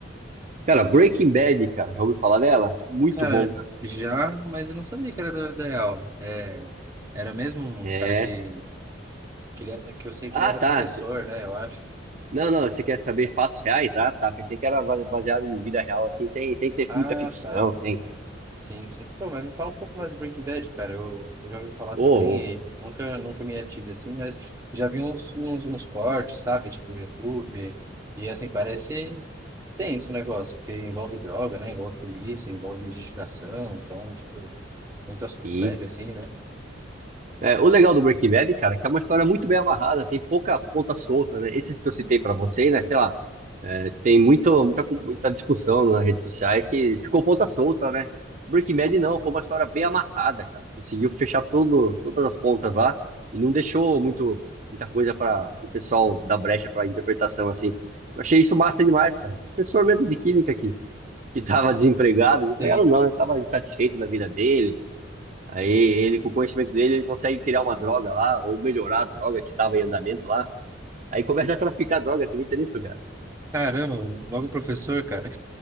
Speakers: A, on the right; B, on the right.
A: Cara, Breaking Bad, cara, já ouviu falar dela? Muito
B: Cara,
A: bom, cara.
B: já, mas eu não sabia que era da vida real. É, era mesmo um
A: É.
B: cara que que, ele, é- que eu sei que
A: Ah,
B: ele era
A: tá.
B: professor,
A: cê-
B: né? Eu acho.
A: Não, não, você quer saber fatos reais? Ah, tá. Pensei que era ba- baseado em vida real, assim, sem, sem ter
B: Ah,
A: muita ficção,
B: tá.
A: sem.
B: Sim, sim. Pô, mas me fala um pouco mais do Breaking Bad, cara. Eu, eu já ouvi falar
A: Ô,
B: também,
A: ô,
B: e nunca, nunca me ative assim, mas já vi uns, uns, uns cortes, sabe? Tipo, no YouTube. E assim, parece tenso o negócio, porque envolve droga, né? Envolve polícia, envolve investigação. Então, tipo, muito assunto
A: sim.
B: sério, assim, né?
A: É, o legal do Breaking Bad, cara, é que é uma história muito bem amarrada, tem pouca ponta solta, né? Esses que eu citei pra você, né? Sei lá, é, tem muito, muita, muita discussão nas redes sociais que ficou ponta solta, né? Breaking Bad não, foi uma história bem amarrada, cara. Conseguiu fechar todo, todas as pontas lá e não deixou muito, muita coisa para o pessoal dar brecha para interpretação, assim. Eu achei isso massa demais, cara. Professor mesmo de química aqui, que tava desempregado, desempregado
B: Sei.
A: não, né? Tava insatisfeito da vida dele Aí ele, com o conhecimento dele, ele consegue criar uma droga lá, ou melhorar a droga que estava em andamento lá. Aí começa a traficar droga, acredita nisso, cara?
B: <laughs> Caramba, logo professor, cara.